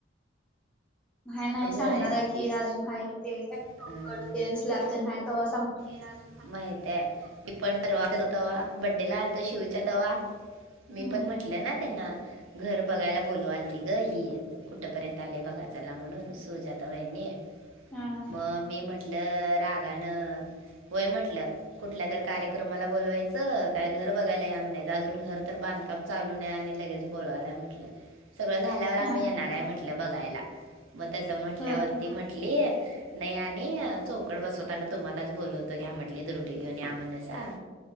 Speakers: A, in the centre; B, on the right.
A: नाही नाही सांगणार
B: होय
A: आहे की अजून ह कि ते कायटते
B: हं, हं.
A: स्लॅब तेन हय तेव्हा सांगतो.
B: हं. माहित आहे मी पण परवा करतो तवा्हा बड्डेला आलतो शिवच्या तवा्हा मी
A: हम्म
B: पण म्हटलं ना त्यांना घर बघायला बोलवाल त ग ही कुठंपर्यंत आले बघा चचाला म्हणून सुजाता वईनी.
A: हा हा
B: मग मी म्हटलं रागानं होय म्हटलं. कुठल्या तर कार्यक्रमाला बोलवायचं काय घर बघायला या म्हणे अजून घर तर बांध काम चालू नाय आणि लगेच बोलवायलाय म्हटलं. सगळं झाल्यावर आम्ही
A: हा
B: येणाराय म्हटलं बघायला म तसं म्हटल्यावरती
A: होय
B: म्हटली नई आणि चौकट बसवताना तुम्हालाच बोलवतो घ्या म्हटली दुरडी घ्युन या म्हणसा